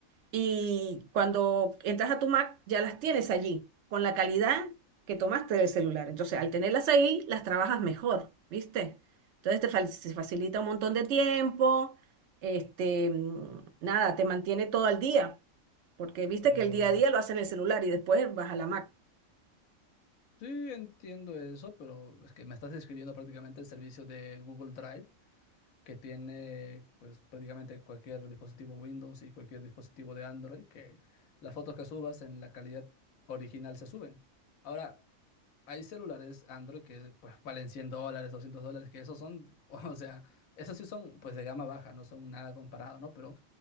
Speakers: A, on the right (about 60°); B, on the left (about 75°).
A: y cuando entras a tu Mac ya las tienes allí, con la calidad que tomaste del celular. Entonces, al tenerlas ahí, las trabajas mejor, ¿viste? Entonces te fa- se facilita un montón de tiempo, este, mm, nada, te mantiene todo al día, porque viste
B: Oh,
A: que el día a día lo hacen en el celular y después vas a la Mac.
B: Sí, entiendo eso, pero es que me estás describiendo prácticamente el servicio de Google Drive que tiene pues prácticamente cualquier dispositivo Windows y cualquier dispositivo de Android que las fotos que subas en la calidad original se suben. Ahora, hay celulares Android que pues valen 100 dólares, 200 dólares, que esos son, <laughs> o sea, esos sí son pues de gama baja, no son nada comparado, ¿no? Pero